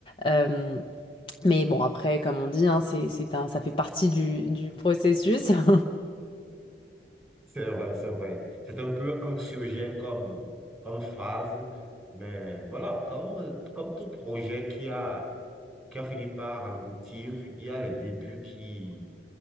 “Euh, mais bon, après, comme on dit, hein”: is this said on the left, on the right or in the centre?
Left